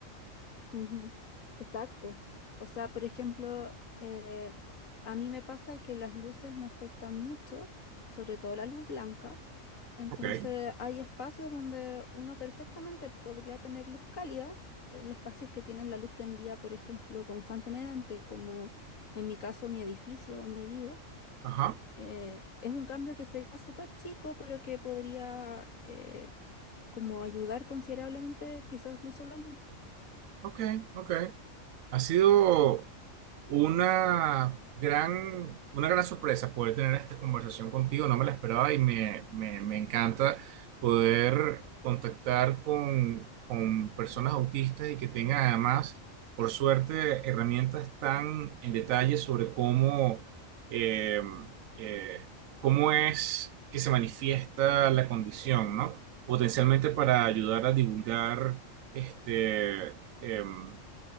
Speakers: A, on the left (about 80°); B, on the right (about 85°).
A: Ujú, Exacto. O sea, por ejemplo, eh, a mí me pasa que las luces me afectan mucho, sobre todo la luz blanca. Entonces,
B: Ok,
A: hay espacios donde uno perfectamente podría tener luz cálida, el espacios que tienen la luz prendida, por ejemplo, constantemente, como en mi caso, mi edificio donde vivo.
B: ajá,
A: Eh, es un cambio que sería súper chico, pero que podría eh, como ayudar considerablemente, quizás no solo a mí.
B: ok, ok. Ha sido Una gran, una gran sorpresa poder tener esta conversación contigo, no me la esperaba y me, me, me encanta poder contactar con, con personas autistas y que tengan además, por suerte, herramientas tan en detalle sobre cómo, eh, eh, cómo es que se manifiesta la condición, ¿no? Potencialmente para ayudar a divulgar este, em,